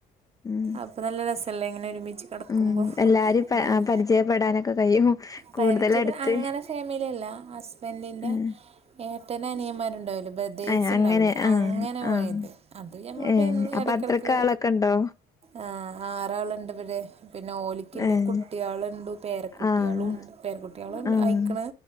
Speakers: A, on the left (about 20°); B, on the right (about 35°).
A: ഉം
B: അപ്പൊ നല്ല രസല്ലേ ഇങ്ങനെ ഒരുമിച്ച് കിടക്കുമ്പോ
A: ഉം എല്ലാരും പ
B: മറ്റേത്
A: പരിചയപ്പെടാനൊക്കെ കഴിയും കൂടുതലടുത്ത്
B: പരിചയപ്പെ അങ്ങനെ ഫാമിലിയല്ല ഹസ്ബൻഡിന്റെ
A: ആഹ്
B: ഏട്ടനും അനിയന്മാരും ഇണ്ടാവൂലേ ബ്രദേഴ്സ്
A: ഏഹ് അങ്ങനെ
B: ഇണ്ടാവൂലേ
A: ആഹ്
B: അങ്ങനെ പോയത്.
A: ആഹ്
B: അത് നമ്മളിപ്പ
A: ഏഹ്
B: എന്നും
A: അപ്പൊ
B: ഇടക്കിടക്ക്
A: അത്രക്ക് ആളൊക്കെ ഉണ്ടോ
B: ആ ആറാളിണ്ടിവിടെ പിന്നെ ഓലിക്കില്ലേ
A: ഏഹ്
B: കുട്ടികളെണ്ട് പേരക്കുട്ടികളും
A: ആഹ്
B: ഇം പേരകുട്ടികളും
A: ആഹ്
B: ആയിക്കണ്